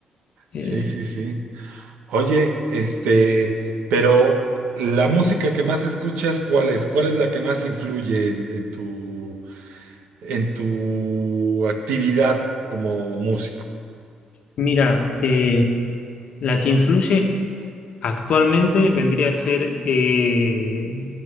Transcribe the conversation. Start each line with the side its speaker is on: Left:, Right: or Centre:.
Left: Eh,
Right: Sí, sí, sí. Oye, este, pero la música que más escuchas, ¿cuál es? ¿Cuál es la que más influye en, en tu en tu actividad como músico,
Left: mira, eh, la que influye. Actualmente vendría a ser, eh,